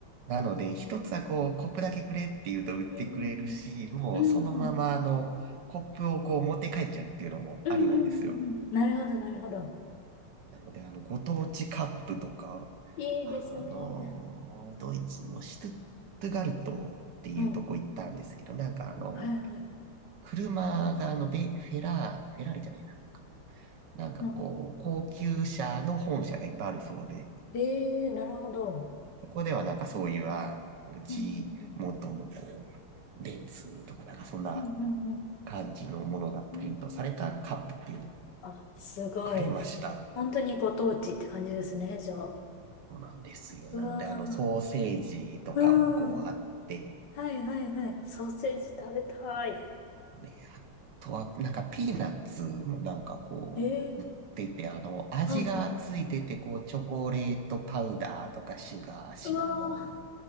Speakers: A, on the right; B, on the left.
A: なので、一つはこう、コップだけくれって言うと売ってくれるし、
B: うん
A: もうそのままあの、
B: うんうん。うん。
A: コップをこう持って帰っちゃうっていうのもありなんですよ。
B: うんうんうんうん。なるほどなるほど。
A: なので、あの、ご当地カップとか、
B: いいですね。
A: あの、ドイツのシュトゥットガルトっていうとこ行ったんですけど、
B: うん。
A: なんかあの、
B: はいはい。
A: 車があの、ベ、フェラー、フェラーリじゃないな。なんかこう、
B: うん
A: 高級車の本社がいっぱいあるそうで、
B: ええなるほど。
A: そこではなんかそういう、あの、こう G
B: うんうんうん。
A: 元のこう、ベンツとかなんかそんな
B: うんうん
A: 感じのものがプリントされたカップっていうのを
B: うん、うん。あ、すごいです。
A: くれました。
B: 本当にご当地って感じですね、じゃあ。
A: そうなんですよ。
B: うわ
A: なので、あの、ソーセージとかもこうあって、
B: ー。うん。はいはいはい。ソーセージ食べたい。
A: ね、あとは、なんかピーナッツもなんかこう、
B: ええ
A: 売ってて、あの、味がついてて、
B: はいはい。
A: こう、チョコレートパウダーとか、シュガー、シナモン、
B: うわ